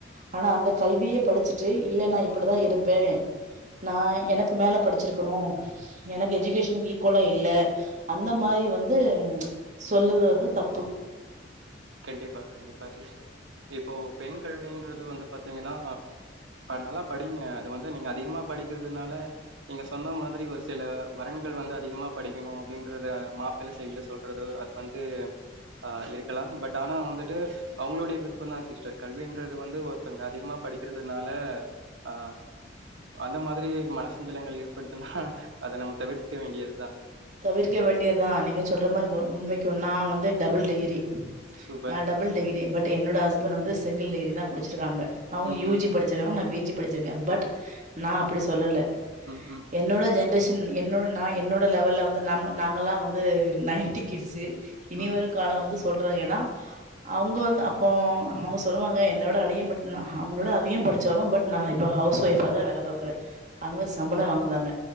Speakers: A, on the right (about 40°); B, on the right (about 85°).
A: ஆனா அந்த கல்வியே படிச்சுட்டு இல்ல நான் இப்டிதான் இருப்பேன் நான எனக்கு மேல படிச்சிருக்கணும் எனக்கு எஜகேஷன் குல இல்ல அந்த மாரி வந்து சொல்லுது வந்து தப்பு
B: கண்டிப்பா கண்டிப்பா சிஸ்டர் இப்போ பெண் கல்வின்றது வந்து பாத்தீங்கன்னா நல்லா படிங்க அது வந்து நீங்க அதிகமா படிக்கிறதுனால நீங்க சொன்ன மாரி ஒரு சில வரன்கள் வந்து அதிகமா படிக்கணும் அப்டின்றத மாப்பிளைை சைடல சொல்றதோ அது வந்து ஆ இருக்கலாம் பட் ஆனா வந்துட்டு அவங்களுடைய விருப்பம் தான் சிஸ்டர் கல்வன்றது வந்து ஒருத்தவங்க அதிகமா படிக்கிறதுனால ஆ அந்த மாரி மன சஞ்சலங்கள் ஏற்படுத்தனா அதை நம்ம தவிர்க்க வேண்டியதுதான்
A: தவிர்க்க வேண்டியதுதான் நீங்க சொல்ற மாரி முன்மைக்குனா வந்து டபுள் டிகிரி
B: சூப்பர்.
A: நான் டபுள் டிகிரி பட் என்னோட ஹஸ்பண்ட் வந்து சங்கிள் டிகிரி தான் முடிச்சிருக்காங்க அவங்க
B: ம்,
A: யூ
B: ம்,
A: ஜி படிச்சிருக்காங்கா பி ஜி படிச்சிருக்கேன் பட் நான அப்டி சொல்லல
B: ம், ம்,
A: என்னோட ஜெனரேஷன் என்னோட நா என்னோட லெவல்ல வந்து நம்ம நாமெல்லா வந்து நையிட்டி கிட்ஸ்சு இனி
B: ம்.
A: வரும் காலோ வந்து சொல்றோ ஏன்னா அவங்க வந்து அப்ப அவங்க சொல்லுவாங்க என்னோட அதிகம் படிச்சாலும் அவங்களோட அதிகம் படிச்சாலும் பட் நா இப்ப ஹவுஸ் ஒயிப் தான் வேலை பாக்குறேன் அவங்க சம்பளம் வாங்காங்க